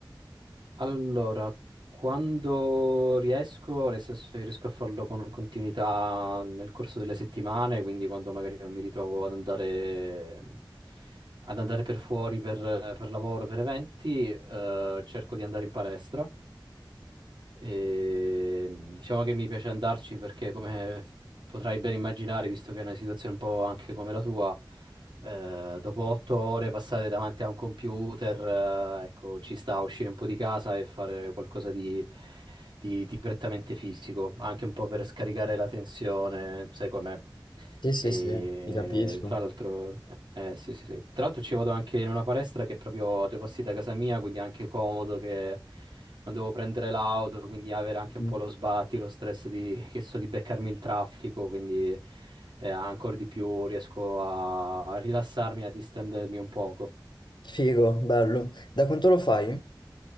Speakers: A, on the right; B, on the left.
A: Allora, quando riesco, nel senso che riesco a farlo con continuità nel corso delle settimane, quindi quando magari non mi ritrovo ad andare, ad andare per fuori per, per lavoro, per eventi, eh, cerco di andare in palestra. E, diciamo che mi piace andarci perché, come potrai ben immaginare, visto che è una situazione un po' anche come la tua, eh, dopo otto ore passate davanti a un computer, eh, ecco, ci sta a uscire un po' di casa e fare qualcosa di, di- di prettamente fisico, anche un po' per scaricare la tensione, sai com'è.
B: Sì, sì,
A: E
B: sì, ti capisco.
A: tra l'altro, eh, sì, sì, sì. Tra l'altro ci vado anche in una palestra che è proprio a due passi da casa mia, quindi è anche comodo che non devo prendere l'auto, quindi avere anche
B: Mhm.
A: un po' lo sbatti, lo stress di, che so, di beccarmi il traffico, quindi eh, ancora di più riesco a, a rilassarmi, a distendermi un poco.
B: Figo, bello. Da quanto lo fai?
A: Sì, sì.